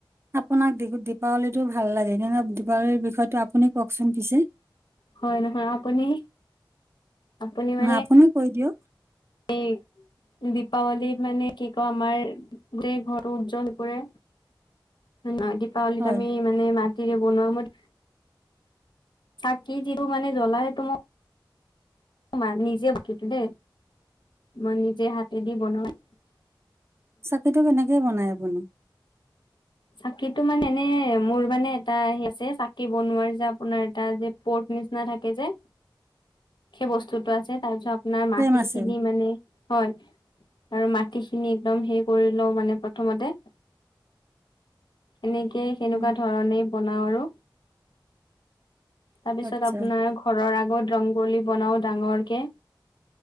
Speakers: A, on the right; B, on the left.
A: আপোনাক দীপাৱলীটো ভাল লাগে ন? দীপাৱলীৰ বিষয়টো আপুনি কওকচোন পিছে।
B: হয়, নহয় আপুনি আপুনি মানে
A: নহয়, আপুনি কৈ দিয়ক
B: সেই <unintelligible> দীপাৱলীত মানে কি কওঁ আমাৰ যে ঘৰৰত উজ্জ্বল কৰে। নহয় দীপাৱলীত
A: হয়
B: আমি মানে মাটিৰে বনোৱা মত তাকি যিটো মানে জ্বলা তো মোক। মা নিজে বীতো দেই মই নিজে হাতে দি বনাওঁ <unintelligible> <unintelligible>
A: চাকিটো কেনেকে বনাই আপুনি?
B: চাকিটো মানে এনে মোৰ মানে এটা স আছে। <unintelligible> চাকি বনোৱাৰ যে আপোনাৰ এটা যে পৰ্ট নিচিনা থাকে যে। সেই বস্তুতো আছে। তাৰ পিছত আপোনাৰ
A: ফ্লেম
B: মাটিখিনি
A: আছে
B: মানে, হয় আৰু মাটিখিনি একদম হে কৰি লও মানে। প্ৰথমতে, <inaudible> এনেকেই সেনেকুৱা
A: উম,
B: ধৰণেই বনাওঁ আৰু। তাৰপিছত
A: আচ্ছা
B: আপোনাৰ ঘৰৰ আগত ৰংগলী বনাও ডাঙৰকে।